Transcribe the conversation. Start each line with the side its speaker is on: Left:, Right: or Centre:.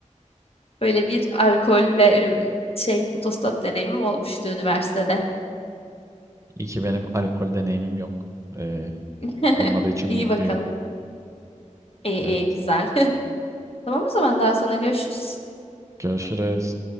Left: Böyle bir alkol ve e, şey otostop deneyimim olmuştu üniversitede.
Right: İyi ki benim alkol deneyimim yok. Ee,
Left: <laughs>
Right: olmadığı için
Left: İyi
Right: mutluyum.
Left: bakalım. İyi
Right: Evet.
Left: iyi güzel. <laughs> Tamam o zaman daha sonra görüşürüz.
Right: Görüşürüz.